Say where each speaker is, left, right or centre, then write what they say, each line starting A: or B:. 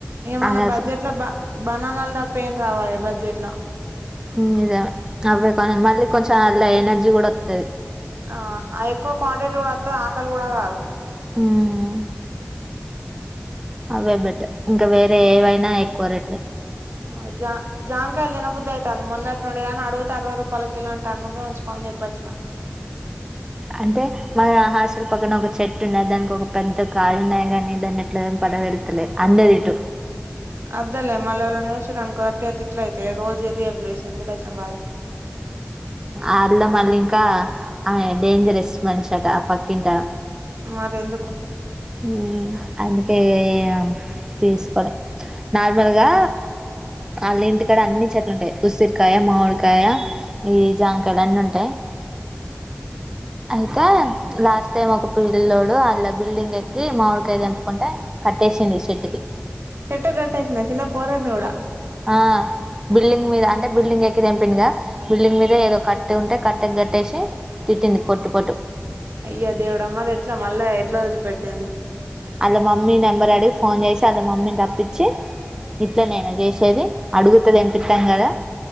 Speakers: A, on the right (about 65°); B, on the right (about 15°).
A: ఇగ మన
B: అలా
A: బడ్జెట్
B: స-
A: లా బ బనానాలు దప్ప ఏం రావాయే బడ్జెట్ లో
B: హ్మ్ ఇద అవ్వె కని మళ్ళీ కొంచెం అలా ఎనర్జీ గుడా ఒత్తది
A: ఆహా అయి ఎక్కువ క్వాంటిటీ గుడా వత్తద్ ఆకలి గూడా కాదు
B: హ్మ్ అవే బెటర్ ఇంకా వేరే ఏవైనా ఎక్కువ రేట్లే
A: మౌజా జాంకాయిల్ తినబుద్ది అయిత్తంది మొన్నటి నుండి గాని అడుగుతే అరవై రూపాయలక్ కిలో అంటాండు నువ్వే ఉంచుకో అని జెప్పోచిన
B: అంటే మాద హాస్లల్ పక్కన ఒక చెట్టు ఉన్నాది దానికోక పెద్ద కాయ ఉన్నాది గానీ దాన్ని ఎట్లా దెంపాలో దెలుత్తలేదు అందదు ఇటు
A: అదేలే మళ్ళ ఎవలన జూషిండ్రనుకో అట్టిగా తిట్లయితై రోజు ఇరిగే ప్లేస్ ఎందుకు వచ్చిన బాదా
B: ఆళ్ళ మళ్ళీంకా ఆమె డేంజరస్ మనిషంట ఆ పక్కింటావె
A: మరెందుకు
B: హ్మ్ అందుకే ఇగ ఏం తీస్కోలె నార్మల్గా వాళ్ళింటిక్ కడ అన్ని చెట్లు ఉంటయి ఉసిరికాయ మామిడికాయ ఈ జాంకాయలు అన్నీ ఉంటయి అయితే లాస్ట్ టైం ఒక పిల్లిల్లోడు అళ్ళ బిల్డింగ్ ఎక్ కీ మామిడికాయ దెంపుకుంటే కట్టేసింది చెట్కి
A: చెట్టు గట్టేసిందా చిన్న పోరని గూడా
B: ఆహ్ బిల్డింగ్ మీద అంటే బిల్డింగ్ ఎక్కి దెంపిండుగా బిల్డింగ్ మీద ఏదో కట్టే ఉంటే కట్టక్ గట్టేషి తిట్టింది పొట్టు పొట్టు
A: అయ్యో దేవుడ మరి ఎట్లా మళ్ళా ఎట్లా ఒదిలిపెట్టింది
B: ఆళ్ళ మమ్మీ నెంబర్ అడిగి ఫోన్ జేషి వాళ్ళ మమ్మీని రప్పించి ఇట్లనేనా జెషేది అడుగుతే దెంపిత్తం గదా